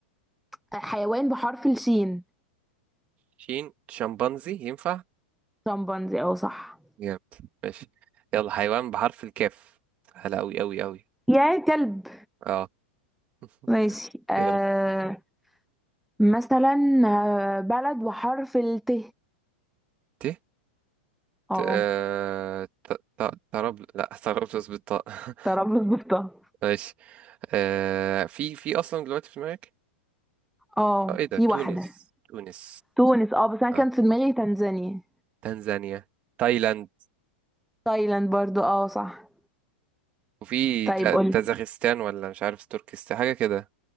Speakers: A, in the centre; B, on the right (about 20°).
A: حيوان بحرف الشين
B: شين شمبانزي ينفع
A: شمبانزي اه صح
B: جامد ماشي يلا حيوان بحرف الكاف سهلة أوي أوي أوي
A: يا كلب
B: اه <laughs>
A: ماشي آه
B: يلا
A: مثلا آه، بلد بحرف الت
B: ت
A: اه
B: ت آه، ت- ت- تراب لا ترابلس بالطاء <laughs>
A: طرابلس بالطه
B: ماشي آه في في أصلا دلوقتي في دماغك
A: اه
B: اه ايه ده
A: في
B: تونس
A: واحدة
B: تونس
A: تونس اه بس انا
B: اه
A: كان في دماغي تنزانيا
B: تنزانيا تايلاند
A: تايلاند برضو اه صح
B: وفي
A: طيب
B: ت-
A: قولي
B: تازاخستان ولا مش عارف تركستان حاجة كده